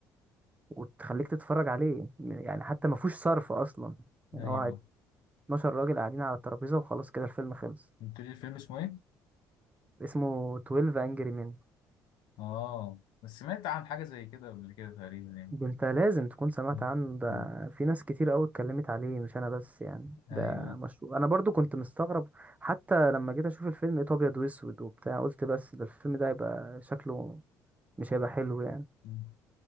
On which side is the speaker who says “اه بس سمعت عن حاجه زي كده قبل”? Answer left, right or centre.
Left